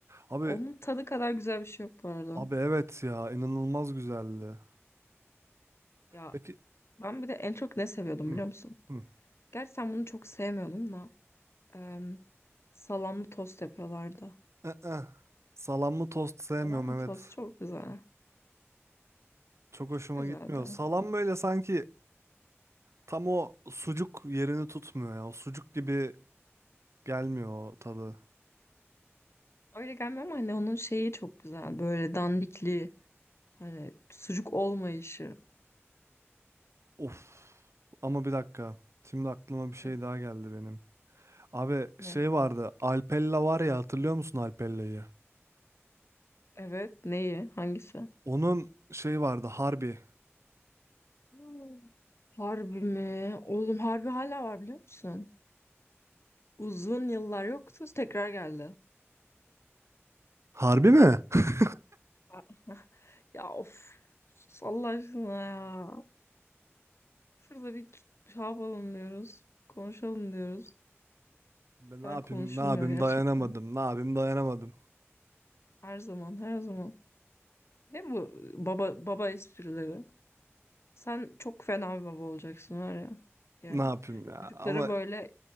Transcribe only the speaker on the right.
Abi
abi evet ya inanılmaz güzeldi.
Peki
hı,
hı.
ı Salamlı tost sevmiyorum
evet.
Çok hoşuma
gitmiyor. Salam böyle sanki tam o sucuk yerini tutmuyor ya. O sucuk gibi gelmiyor o tadı.
Of. Ama bir dakika. Şimdi aklıma bir şey
daha geldi benim. Abi
şey vardı. Alpella var ya hatırlıyor musun Alpella'yı?
Onun şey vardı harbi.
Harbi mi? <laughs>
Ben
ne yapayım
ne yapayım
dayanamadım. Ne yapayım dayanamadım.
Ne yapayım ya.
Ama